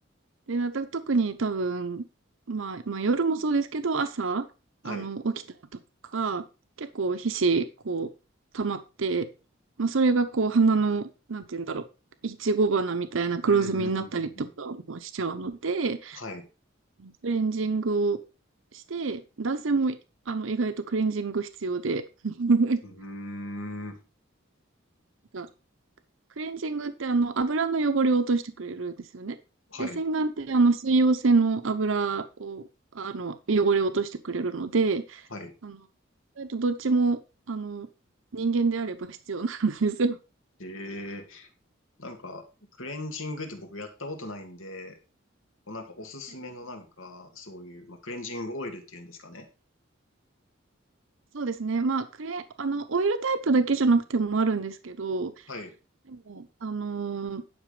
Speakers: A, on the right; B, on the left.
A: で、また特に多分、まあ、まあ夜もそうですけど、朝、
B: はい。
A: あの、起きたとか、結構皮脂、こう、溜まって、まあそれがこう、鼻の、なんて言うんだろう、いちご花みたいな黒ずみになったりとかもしちゃうので、
B: うん、うん、うん、うん。うんはい。う
A: クレンジングをして、男性もあの意外とクレンジング必要で、<laughs>
B: ーん。
A: なんかクレンジングってあの油の汚れを落としてくれるんですよね。
B: はい。
A: で、洗顔ってあの水溶性の油を、あの汚れを落としてくれるので、
B: はい。
A: あの意外とどっちもあの人間であれば必要なんですよ。
B: ええーなんか、クレンジングって僕やったことないんで、こうなんかおすすめのなんか、
A: はい
B: そういう、まあ、クレンジングオイルっていうんですかね。
A: そうですね。まあ、クレ、あの、オイルタイプだけじゃなくてもあるんですけど、
B: はい。
A: でも、あのー